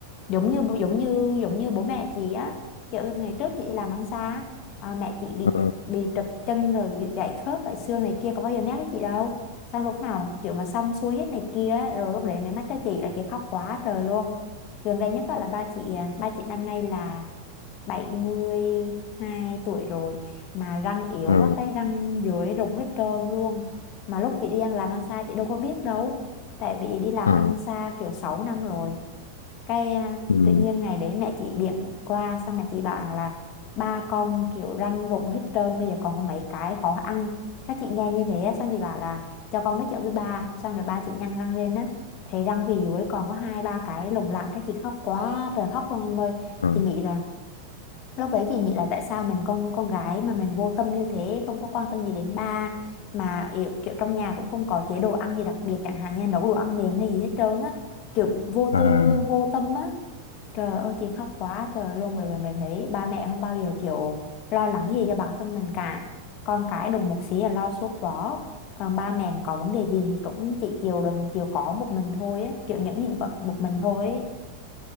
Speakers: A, on the left (about 40°); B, on the left (about 70°).
A: Giống như giống như giống như bố mẹ chị á, kiểu ngày trước chị làm ăn xa à, mẹ chị bị
B: ờ
A: trật, bị trật chân rồi bị gãy khớp gãy xương này kia có bao giờ nhắc với chị đâu sao lúc nào kiểu mà xong xuôi hết này kia ấy, rồi lúc đấy mới mách cho chị là chị khóc quá trời luôn gần đây nhất á là ba chị à, ba chị năm nay là bảy mươi hai tuổi rồi mà răng yếu
B: ờ
A: quá cái răng dưới rụng hết trơn luôn mà lúc chị đi ăn làm ăn xa chị đâu có biết đâu tại vì đi làm
B: ờ
A: ăn xa kiểu 6 năm rồi cái à,
B: ừ,
A: tự nhiên ngày đấy mẹ chị điểm qua xong mẹ chị bảo rằng là ba con kiểu răng rụng hết trơn bây giờ còn có mấy cái khó ăn các chị nghe như thế á, xong chị bảo là cho con nói chuyện với ba xong rồi ba chị nhăn răng lên á thấy răng phía dưới còn có hai ba cái lủng lẳng các chị khóc quá trời khóc luôn em ơi
B: ờ
A: chị nghĩ là lúc đấy chị nghĩ là tại sao mình con con gái mà mình vô tâm như thế không có quan tâm gì đến ba mà kiểu, kiểu trong nhà cũng không có chế độ ăn gì đặc biệt chẳng hạn như nấu đồ ăn mềm hay gì hết trơn á kiểu vô
B: à
A: tư vô tâm á Trời ơi chị khóc quá trời luôn bởi vì mày thấy ba mẹ không bao giờ kiểu lo lắng gì cho bản thân mình cả con cái đùng một xí là lo suốt quá còn ba mẹ có vấn đề gì thì cũng chỉ chịu đựng chịu khó một mình thôi ấy. kiểu những những bận một mình thôi ấy.